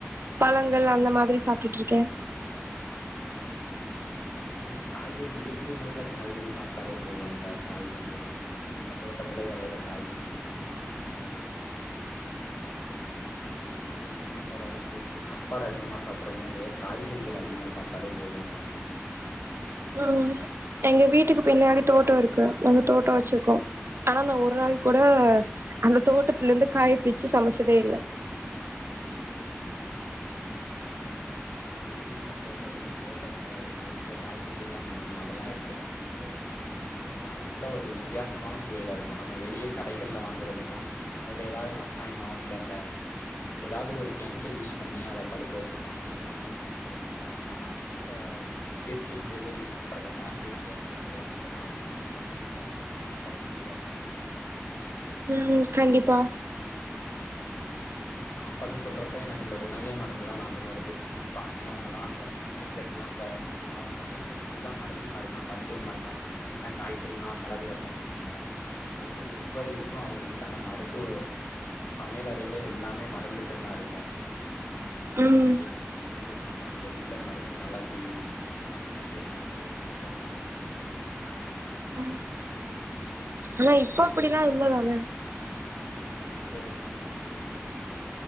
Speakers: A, on the right; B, on the left.
A: பழங்கள் அந்த மாதிரி சாப்பிட்டுட்ருக்கே
B: அதுவும் நம்ம காய்கறி இயற்கை முறையில காய்கறி சாப்ட்டாலே போது அந்த காய்கறிகள் நம்ம தோட்டத்துலே வெளையுற காய்கறிகள் எடுத்து தினமோ ஒரு காய்கறிகள் எடுத்து சாப்புட்றது அந்த மாரி ஒரு சாப்பாடோடு சேத்து சாப்பாடு அதிகமா சாப்புட்றமோ இல்லையோ காய்கறிகள் அதிகமா சாப்ட்டாலே போதுன்றாங்க
A: ம் எங்க வீட்டுக்கு பின்னாடி தோட்டோ இருக்கு நாங்க தோட்டோ வெச்சிருக்கோ ஆனா நா ஒரு நாள் கூட அந்த தோட்டத்துலந்து காய் பிச்சு சமைச்சதே இல்ல
B: அட் எங்க வீட்லயுந்தா தோட்டோ இருக்குது தோட்டத்துல ஒரு சில காய்கறிகள்லாம் மொளைக்கு அதெல்லா எடுத்து நாங்க வீட்லயே சாப் சமைக்கிறது அது கூட ஒரு வித்தியாசமான சுவைல இருக்கு நம்ம வெளியே கடைகள்ல வாங்கறதுனா அதுல ஏதாவது ரசாயனோ இல்ல இந்த ஏதாவது ஒரு கெமிக்கல் யூஸ் பண்ணி அத பழுக்க வச்சிருப் ப்பாங்க அந்த மாரி இது வச்சிருப்பாங்க ஆனா நம்ம வீட்ல இது இயற்கை முறையிலே இது பண்றதெல்லா இயற்கையா கொடைக்கிறதா அதெல்லா வச்சு சமைச்சோம்னா இன்னும் சாப்பாடு சுவையாதா இருக்கும்
A: ம் கண்டிப்பா
B: ந சாப்பாடுன்னு சொல்றப்ப எனக்கு இந்த உணவே மருந்துதா ஞாபகம் வருது நம்ம பாட்டி அவங்கல்லா அந்த சமையல் கட்டுலா இப்ப அவங்க சமையல் கட்டு ஃபுல்லா மருந்து மரு தா மருத்துவ மாரிதா இருக்கு சின்ன காய்ச்சல்னா மிளகு ரசோ வெப்பாங்க அது மாரி ஒவ்வொரு இதுக்கு அவங்க கிட்ட அந்த மருத்துவ சமையல அறையிலே எல்லாமே மருந்துகள்லா இருக்கும்
A: ம்
B: சளியோ எல்லாத்துக் க்குமே அங்க உள்ள மருந்து மெளகு அந்த மாரி எல்லாமே ஒரு மருந்தா தா இருந்ச்சு
A: ம் ஆனா இப்போ அப்புடில்லா இல்ல தானே
B: அதா இப்போ எல்லாமே மாரிட்ச்சுதா அதா